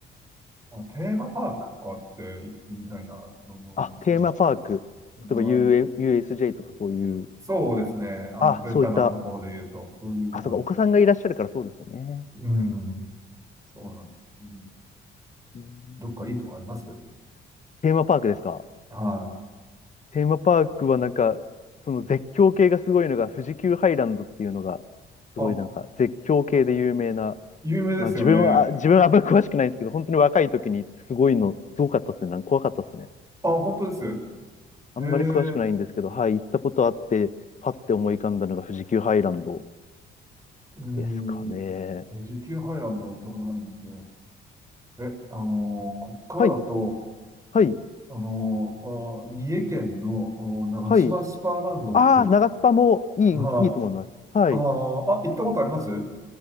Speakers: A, on the right; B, on the left.
A: あ、テーマパークとかって行ってみたいなと思うんですけど、
B: あ、テーマパーク。例えば
A: はい。
B: u USJ とかそういう。
A: そうですね。あの、ベタなところで言うと、
B: あ、そういった。
A: そういうところです。
B: あ、そうか、お子さんがいらっしゃるからそうですよね。
A: うん。そうなん、うん。
B: うん
A: どっかいいとこあります
B: テーマパークですか
A: はい。
B: テーマパークはなんか、その絶叫系がすごいのが、富士急ハイランドっていうのが、すごいなんか絶叫系で有名な
A: あ、有名ですよね。
B: まあ自分は、あ自分はあんまり詳しくないんですけど、本当に若い時に行ってすごいの、すごかったですね。なんか怖かったですね。
A: あ、本当です
B: あんまり詳しくないんですけど、
A: ええ
B: はい、行ったことあって、パッて思い浮かんだのが富士急ハイランド
A: うん。
B: ですかね。
A: 富士急ハイランドは行ったことないんですよ。え、あのーこっからだと、
B: はい、はい、
A: あのーあー、三重県のお長島スパーランドって、
B: はい。ああ、長スパもいい、
A: はい。
B: いいと思います。はい。
A: あー、あ、行ったことあります